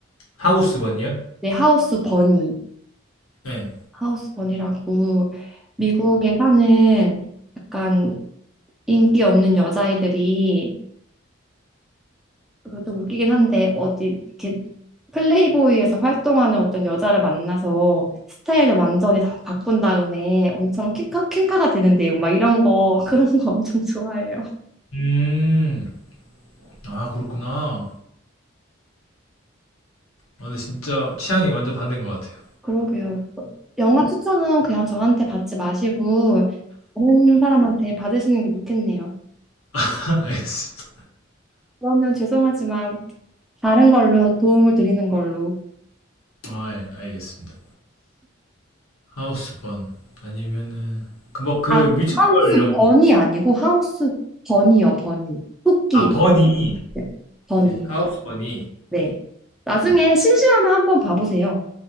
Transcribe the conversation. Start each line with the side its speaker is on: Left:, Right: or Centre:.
Left: 하우스번이요?
Centre: 네, 하우스 버니.
Left: 네.
Centre: 하우스 버니라고, 미국에 사는 약간 인기 없는 여자아이들이 그거 좀 웃기긴 한데 어디 이렇게 플레이보이에서 활동하는 어떤 여자를 만나서 스타일을 완전히 다 바꾼 다음에 엄청 퀸카, 퀸카가 되는 내용 막 이런 거 <laughs> 그런 거 엄청 좋아해요.
Left: 음, 아, 그렇구나. 아, 근데 진짜 취향이 완전 반대인 것 같아요.
Centre: 그러게요. 영화 추천은 그냥 저한테 받지 마시고 다른 사람한테 받으시는 게 좋겠네요.
Left: <laughs> 알겠습니다.
Centre: 그러면 죄송하지만 다른 걸로 도움을 드리는 걸로.
Left: 아, 예, 알겠습니다. 하우스번. 아니면은, 그, 뭐, 그
Centre: 아,
Left: 뮤지컬
Centre: 하우스
Left: 영화.
Centre: 버니 아니고 하우스 버니요, 버니. 토끼
Left: 아, 버니.
Centre: 버니요, 버니.
Left: 네, 하우스번이.
Centre: 네. 나중에
Left: 음.
Centre: 심심하면 한번 봐보세요.